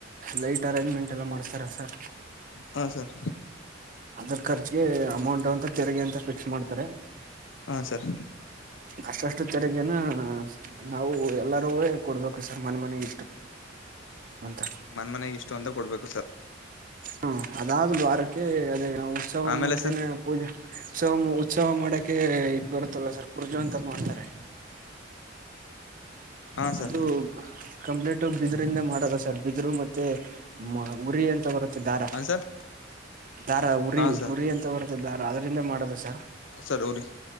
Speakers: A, on the right; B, on the left.
A: ಲೈಟ್ ಅರೇಂಜ್ಮೆಂಟ್ ಎಲ್ಲ ಮಾಡ್ಸ್ತಾರೆ ಸರ್
B: ಹಾಂ ಸರ್
A: ಅದ್ರ್ ಖರ್ಚಗೆ ಅಮೌಂಟ್ ಅಂತ ತೆರಿಗೆ ಅಂತ ಫಿಕ್ಸ್ ಮಾಡ್ತಾರೆ
B: ಹಾಂ ಸರ್
A: ಅಷ್ಟಷ್ ಷ್ಟ ತೆರಗೇನ ನಾವು ಎಲ್ಲಾರೂ ಕೊಡ್ಬೇಕು ಸರ್ ಮನೆ ಮನೆಗ್ ಇಷ್ಟು ಅಂತ
B: ಮನ್ ಮನೆಗ್ ಇಷ್ಟು ಅಂತ ಕೊಡ್ಬೇಕು ಸರ್
A: ಹ್ಮ ಅದಾಗ್ ಒಂದ್ ವಾರಕ್ಕೆ ಅದೇ ಉತ್ಸವ
B: ಆಮೇಲೆ
A: ಮೂರ್ತಿನೆ
B: ಸರ್
A: ಪೂಜೆ ಸವ ಉತ್ಸವ ಮಾಡಕೆ ಇದ್ ಬರುತ್ತಲ್ಲ ಸರ್ ಕುರ್ಜು ಅಂತ ಮಾಡ್ತಾರೆ
B: ಹಾಂ ಸರ್
A: ಅದು ಕಂಪ್ಲೀಟ್ ಬಿದ್ರಂದ ಮಾಡದ ಸರ್ ಬಿದರು ಮತ್ತೆ ಮ ಉರಿ ಎಂತ ಬರುತ್ತೆ ದಾರ
B: ಹ ಸರ್
A: ದಾರ ಉರಿ
B: ಹ ಸರ್
A: ಉರಿ ಅಂತ ಬರುತ್ತೆ ದಾರ ಅದರಿಂದ ಮಾಡೋದು ಸರ್
B: ಸರ್ ್ರರಿ